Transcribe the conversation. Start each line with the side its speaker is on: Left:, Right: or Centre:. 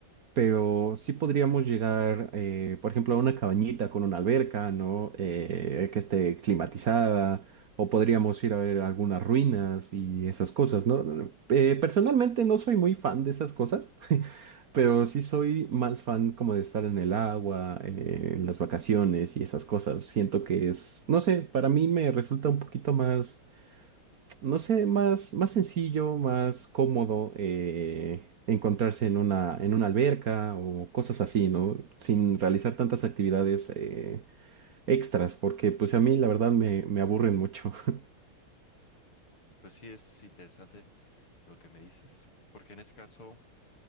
Right: pero sí podríamos llegar, eh, por ejemplo, a una cabañita con una alberca, ¿no? Eh, que esté climatizada, o podríamos ir a ver algunas ruinas y esas cosas, ¿no? Eh, personalmente no soy muy fan de esas cosas, <laughs> pero sí soy más fan como de estar en el agua, eh, en las vacaciones y esas cosas. Siento que es, no sé, para mí me resulta un poquito más no sé, más, más sencillo, más cómodo eh, encontrarse en una, en una alberca o cosas así, ¿no? Sin realizar tantas actividades eh, extras, porque pues a mí la verdad me, me aburren mucho. <laughs>
Left: Pues sí, es interesante lo que me dices, porque en ese caso